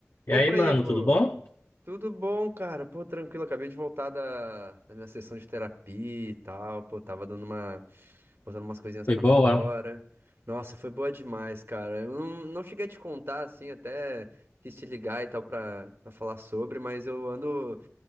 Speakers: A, on the left; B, on the right.
A: E
B: Opa,
A: aí, mano,
B: Ivo!
A: tudo bom?
B: Tudo bom, cara? Pô, tranquilo, acabei de voltar da, da minha sessão de terapia e tal. Pô, tava dando uma, botando umas coisinhas
A: Foi
B: pra
A: boa?
B: fora. Nossa, foi boa demais, cara. Eu não, não cheguei a te contar, assim, até quis te ligar e tal pra, pra falar sobre, mas eu ando